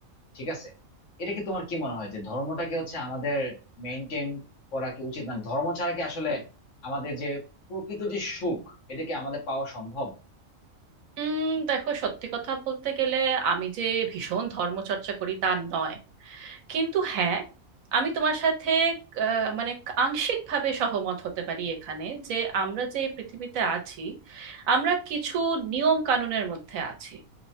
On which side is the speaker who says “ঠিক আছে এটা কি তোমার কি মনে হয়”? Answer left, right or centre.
Left